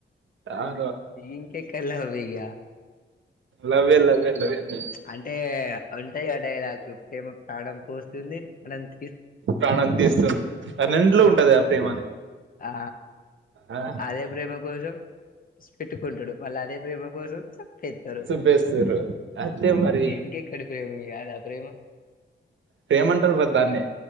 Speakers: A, on the right; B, on the left.
A: అవును
B: ఇంకెక్కడి లవ్ అయ్య
A: లవ్వే లవ్వే లవ్వే నీ
B: అంటే ఉంటాయి ఆ డైలాగ్స్ ప్రేమ ప్రాణం పోస్తుంది ప్రాణం తీ
A: ప్రాణం తీస్తుంది అ రెంట్లో ఉంటది ఆ ప్రేమ అనేది
B: ఆ
A: ఆ
B: ఆదే ప్రేమ కోసం కుంటుడు మళ్ళ అదే ప్రేమ కోసం చస్తారు
A: సుబ్బేస్తారు అయితే మరి
B: ఇంకేక్కడి ప్రేమయ్య ఆ ప్రేమ
A: ప్రేమ అంటారు బద దాన్ని